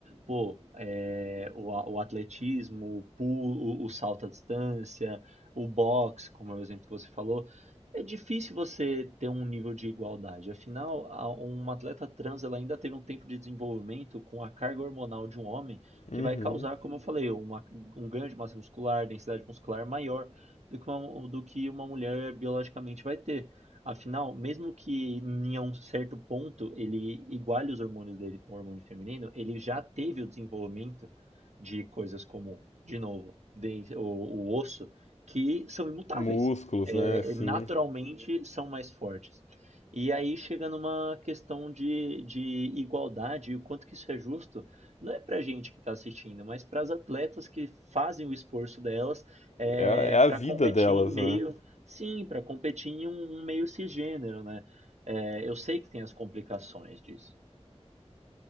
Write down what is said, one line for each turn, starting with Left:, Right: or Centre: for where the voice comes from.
Right: pô, é, o, a- o atletismo, o pulo, o, o salto à distância, o boxe, como é o exemplo que você falou, é difícil você ter um nível de igualdade. Afinal, a- uma atleta trans ela ainda teve um tempo de desenvolvimento com a carga hormonal de um homem
Left: Uhum.
Right: que vai causar, como eu falei, uma- um ganho de massa muscular, densidade muscular maior do que uma, do que uma mulher biologicamente vai ter. Afinal, mesmo que em um certo ponto ele iguale os hormônios dele com o hormônio feminino, ele já teve o desenvolvimento de coisas como, de novo, de- o, o osso, que são imutáveis.
Left: Músculos,
Right: É,
Left: né? Sim.
Right: naturalmente são mais fortes. E aí chega numa questão de, de igualdade e o quanto que isso é justo, não é para a gente que está assistindo, mas para as atletas que fazem o esforço delas é,
Left: É, a- é a
Right: para
Left: vida
Right: competir
Left: delas,
Right: em meio
Left: né?
Right: Sim, para competir em um um meio cisgênero, né. Eh, eu sei que tem as complicações disso.